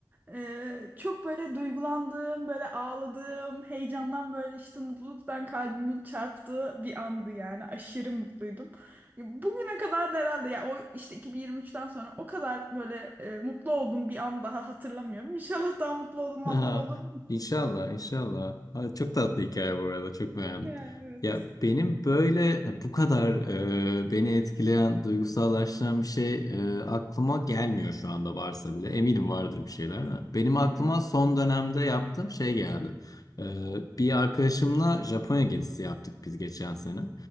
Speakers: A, on the right; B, on the left.
A: Ee, çok böyle duygulandığım, böyle ağladığım, heyecandan böyle işte mutluluktan kalbimin çarptığı bir andı yani aşırı mutluydum. Ya Bugüne kadar da herhalde ya o işte 2023'ten sonra o kadar böyle e, mutlu olduğum bir an daha hatırlamıyorum. İnşallah daha mutlu olduğum anlar
B: Aha,
A: olur.
B: inşallah, inşallah. Ha, çok tatlı hikaye bu arada, çok beğendim.
A: Ya, evet.
B: Ya benim böyle e, bu kadar e, beni etkileyen, duygusallaştıran bir şey e, aklıma gelmiyor şu anda varsa bile. Eminim vardır bir şeyler. de. Benim aklıma
A: Hı hı.
B: son dönemde yaptığım şey geldi. E, bir arkadaşımla Japonya gezisi yaptık biz geçen sene.